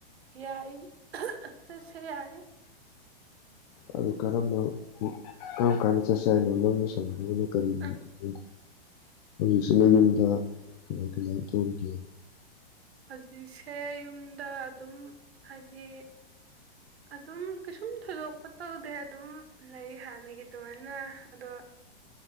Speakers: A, on the right (about 80°); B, on the left (about 40°).
A: ꯌꯥꯏ <unintelligible> ꯆꯠꯁꯦ ꯍꯥꯏ
B: ꯑꯗꯨ ꯀꯔꯝꯕ ꯀꯔꯝ ꯀꯥꯟꯗ ꯆꯠꯁꯦ ꯍꯥꯏꯅꯣ ꯅꯪꯅ ꯁꯪꯒꯗꯕ ꯀꯔꯤ ꯅꯨꯃꯤꯠꯇ
A: ꯑ
B: <unintelligible> ꯍꯧꯖꯤꯛꯁꯤꯅ ꯌꯨꯝꯗ ꯀꯃꯥꯏ ꯀꯃꯥꯏ ꯇꯧꯔꯤꯒꯦ
A: ꯍꯧꯖꯤꯛꯁꯦ ꯌꯨꯝꯗ ꯑꯗꯨꯝ ꯍꯥꯏꯗꯤ ꯑꯗꯨꯝ ꯀꯩꯁꯨꯝ ꯊꯣꯏꯗꯣꯛꯄ ꯇꯧꯗꯦ ꯑꯗꯨꯝ ꯂꯩ ꯍꯥꯟꯅꯒꯤ ꯑꯗꯨꯃꯥꯏꯅ ꯑꯗꯣ